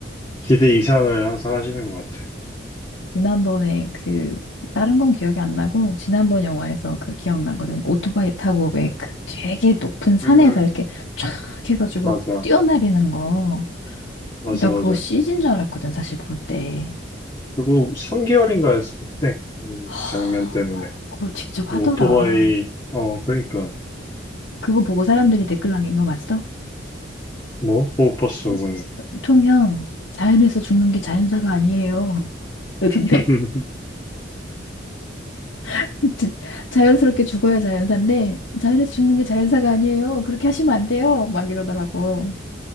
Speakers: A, on the left (about 25°); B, on the left (about 85°).
A: 기대 이상을 항상 하시는 것 같아.
B: 지난번에 그 다른 건 기억이 안 나고 지난번 영화에서 그 기억나거든. 오토바이 타고 왜 그 되게 높은 산에서
A: 음,
B: 이렇게 쫙 해가지고
A: 맞아,
B: 뛰어내리는 거.
A: 맞아,
B: 어, 나
A: 맞아.
B: 그거 CG인 줄 알았거든 사실 볼 때.
A: 그거 3개월인가 했을 때, 그
B: 하,
A: 장면 때문에.
B: 그걸 직접
A: 그
B: 하더라.
A: 오토바이, 어, 그러니까,
B: 그거 보고 사람들이 댓글 남긴 거 봤어?
A: 뭐, 못 봤어,
B: 어?
A: 그거는.
B: 톰 형, 자연에서 죽는 게 자연사가 아니에요. 그러던데.
A: <laughs>
B: <laughs> 지- 자연스럽게 죽어야 자연사인데, 자연에서 죽는 게 자연사가 아니에요. 그렇게 하시면 안 돼요. 막 이러더라고.